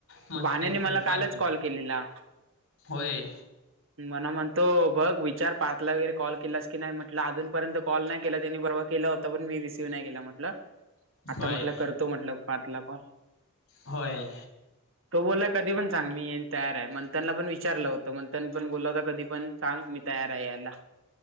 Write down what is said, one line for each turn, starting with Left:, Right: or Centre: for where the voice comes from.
Left: म्हणतन
Right: बाण्याने
Left: तू
Right: मला
Left: पण
Right: कालच कॉल केलेला
Left: होय
Right: मला म्हणतो बघ विचार पाातला वगैरे कॉल केला की नाही म्हटलं अजूनपर्यंत कॉल नाही केला त्यांनी बवा केला होता पण मी रिसीव्ह नाही केला म्हटलं आता
Left: होय
Right: म्हटलं करतो म्हटलं कार्टला कॉल
Left: होय
Right: <inaudible> तो बोलाय कधी पण सांग मी येन तयार आहे मंथनला पण विचारलं होतं मंथन पण बोला होता कधी पण सांग मी तयार आहे याला